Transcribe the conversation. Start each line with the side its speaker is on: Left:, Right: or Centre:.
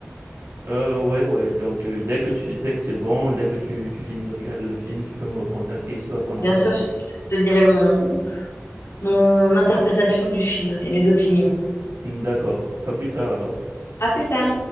Right: Euh, ouais, ouais, donc euh, dès que tu, dès que c'est bon, dès que tu, tu finis de regarder le film, tu peux me recontacter histoire qu'on en
Left: Bien
Right: parle.
Left: sûr, je je te dirai mon, mon interprétation du film et mes opinions.
Right: Mm, D'accord, à plus tard alors.
Left: À plus tard.